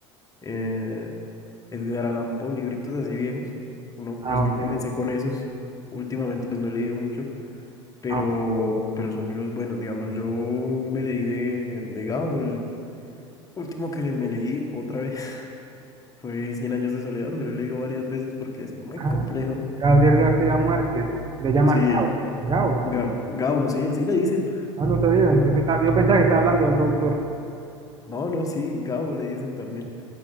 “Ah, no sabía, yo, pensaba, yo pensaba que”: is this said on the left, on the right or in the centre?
Right